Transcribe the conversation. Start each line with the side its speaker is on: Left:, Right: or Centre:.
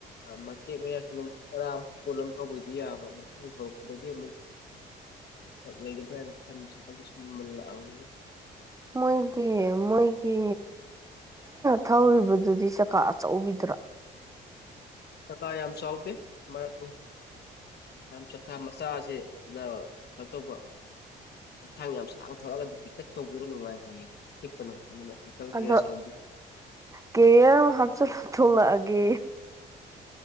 Left: ꯃꯇꯦꯛ ꯃꯌꯥ ꯀꯤꯂꯣ ꯄꯠ ꯇꯔꯥ ꯑꯃꯛ ꯐꯣꯠ ꯑꯃ ꯇꯧꯕꯒꯤꯗꯤ ꯌꯥꯕ ꯂꯝꯊꯥꯡ ꯊꯣꯔꯛꯄꯗꯗꯤ ꯑꯃꯨꯛ ꯂꯩꯒꯗ꯭ꯔꯥꯅ ꯈꯟꯕꯁꯤ ꯁꯨꯝ ꯃꯜꯂꯛꯑꯕꯅꯤ
Right: ꯃꯣꯏꯒꯤ ꯃꯣꯏꯒꯤ ꯊꯧꯔꯤꯕꯗꯨꯗꯤ ꯆꯀꯥ ꯑꯆꯧꯕꯤꯗ꯭ꯔꯥ
Left: ꯆꯀꯥ ꯌꯥꯝ ꯆꯥꯎꯗꯦ ꯃꯔꯛꯅꯤ ꯌꯥꯝ ꯆꯈꯥ ꯃꯆꯥꯁꯤ ꯀꯩꯅꯣ ꯇꯧꯕ ꯊꯥꯡ ꯌꯥꯝ ꯁꯥꯡꯅ ꯊꯧꯔꯛꯑꯒꯗꯤ ꯄꯤꯛꯇꯛ ꯇꯧꯗꯅ ꯅꯨꯡꯉꯥꯏ ꯍꯥꯏꯌꯦ ꯄꯤꯛꯄꯅ ꯑꯗꯨꯅ ꯁꯥꯏꯀꯜ
Right: ꯑꯗꯣ
Left: ꯔꯦꯁ ꯀꯥꯡꯕꯨ
Right: ꯀꯦ ꯍꯥꯞꯆꯤꯟ ꯊꯣꯛꯂꯛꯑꯒꯦ